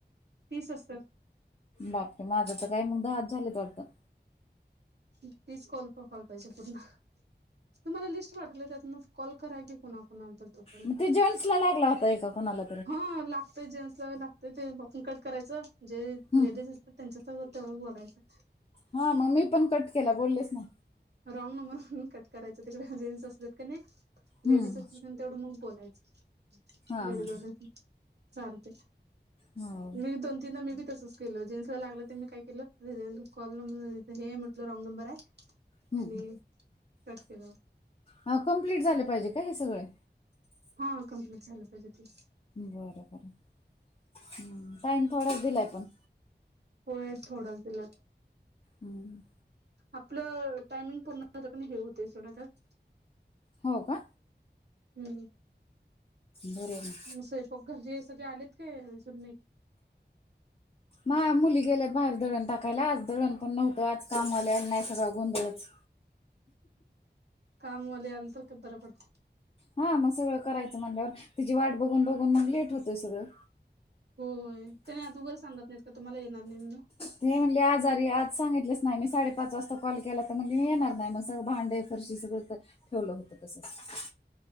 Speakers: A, on the right; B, on the left.
A: तीस असत्यात.
B: बाप रे माझा तर काय मग दहाच झालेत वाटत?
A: तीच कॉल <unintelligible> पाहिजे तुम्हाला लिस्ट पाठवल्या त्यातनच. कॉल करा की कुणाकुणाला तर? तोपर्यंत
B: मग ते जेंट्स लागला होता एका कुणाला
A: हा लागतय जेंट्स ला व लागतय ते बघुन कट करायचं जे
B: हं
A: लेडीज असत त्यांच्यासोबत तेवढं बोलायचं.
B: हा मग मी पण कट केला बोललेच नाही.
A: रॉंग नंबर म्हणून कट करायच त्याच्यात जेंट्स असत्यात कनाय.
B: हं
A: लेडीज असतील कनय तेवढं मग बोलायचं
B: हां
A: लेडीज <unintelligible> चालतय.
B: हां हो
A: मी दोन तीनदा मी बी तसच केलो जेंट्स ला लागलं ते मी काय केलं रिझा <unintelligible> कॉल नंबर हे म्हटलं रॉंग नंबर हाय
B: हं
A: आणि
B: हं
A: कट केला.
B: अ कम्प्लीट झाले पाहिजे का हे सगळें?
A: हा कम्प्लीट झालं पाहिजेत हे.
B: बरं -बर हम्म टाइम थोडाच दिलाय पण.
A: होय थोडाच दिलात.
B: हम्,
A: आपलं टायमिंग पूर्ण हे होते सगळ त्यात
B: हो का?
A: हम्म,
B: बरंय म
A: म स्वयंपाक घरचेे हे सगळे आलेत का सुन नहि
B: नाय मुली गेल्यात बाहेर दळण टाकायला आज दळण पण नव्हतं, आज काम वाली आली नाहो अन् माझा सगळा गोंधळच.
A: कामवाली आली तर ते बरं पडतं.
B: हा मग सगळं म्हणल्यावर तिची वाट बघून- बघून मगं लेट होतयं सगळं.
A: होय, त्याने आदुगर सांगत नाहीत का तुम्हाला येणार नाहीेत म्हणुन?
B: ती म्हणले आजारी आज सांगितलेच नाही, मी साडेपाच वाजता कॉल केला तर म्हणली मी येणार नाही मग सगळं भांडे फरशी सगळं होतं, ठेवलं होतं तसंच.